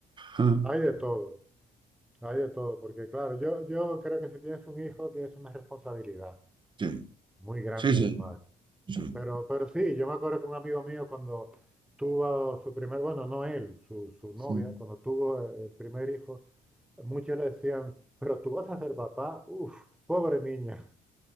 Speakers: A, on the right (about 30°); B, in the centre.
A: <laughs>
B: Hay de todo. Hay de todo. Porque, claro, yo, yo creo que si tienes un hijo, tienes una responsabilidad.
A: Sí,
B: Muy grande,
A: sí, sí,
B: además.
A: sí.
B: Pero, pero sí, yo me acuerdo que un amigo mío cuando tuvo su primer, bueno, no él, su, su novia,
A: Mm,
B: cuando tuvo el primer hijo, muchos le decían, pero tú vas a ser papá, uff, pobre niña.